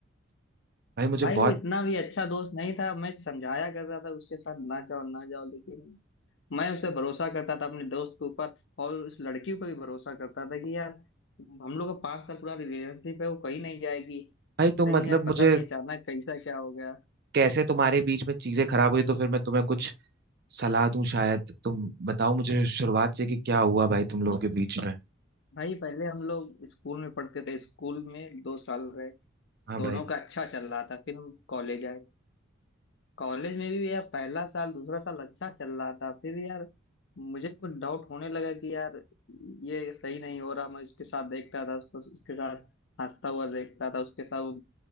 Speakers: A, on the right (about 50°); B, on the left (about 60°).
A: भाई मुझे
B: भाई
A: बहुत
B: वो इतना भी अच्छा दोस्त नहीं था मैं समझाया करता था उसके साथ ना जाओ ना जाओ लेकिन मैं उस पर भरोसा करता था अपने दोस्त के ऊपर और उस लड़की पर भी भरोसा करता था कि यार हम लोग का पांच साल पूरा रिलेशनशिप है वो कहीं नहीं जाएगी
A: भाई तुम
B: लेकिन
A: मतलब
B: यार पता
A: मुझे
B: नहीं अचानक कैसा क्या हो गया
A: कैसे तुम्हारे बीच में चीजें खराब हुई तो फिर मैं तुम्हें कुछ सलाह दूं शायद तुम बताओ मुझे शुरुआत से कि क्या हुआ भाई तुम लोगों के बीच में
B: भाई पहले हम लोग स्कूल में पढ़ते थे स्कूल में दो साल रहे
A: हाँ
B: दोनों
A: भाई
B: का अच्छा चल रहा था फिर हम कॉलेज आए कॉलेज में भी यार पहला साल दूसरा साल अच्छा चल रहा था फिर यार मुझे कुछ डाउट होने लगा कि यार ये सही नहीं हो रहा मैं उसके साथ देखता था उसको उसके साथ हंसता हुआ देखता था उसके साथ वो,